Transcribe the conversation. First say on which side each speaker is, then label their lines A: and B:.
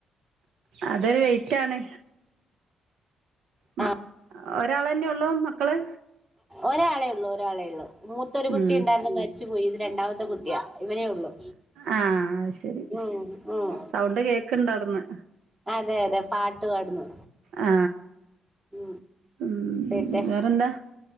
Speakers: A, on the right; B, on the right.
A: അതൊരു വെയിറ്റ് ആണ് മ
B: ആ
A: ഒരാൾ തന്നെ ഉള്ളൂ മക്കള്
B: ഒരാളേ ഉള്ളു ഒരാളെ ഉള്ളൂ മൂത്തൊരു കുട്ടി
A: ഉം
B: ഉണ്ടായിരുന്നു മരിച്ചു പോയി ഇത് രണ്ടാമത്തെ കുട്ടിയാ ഇവനേ ഉള്ളു
A: ആഹ ശരി
B: ഉം ഉം
A: സൗണ്ട് കേക്കണ്ട അവിടുന്ന്
B: അതെ അതെ പാട്ട് പാടന്ന്
A: ആ
B: ഉ
A: ഉം
B: ഉട്ടെ
A: വേറെന്താ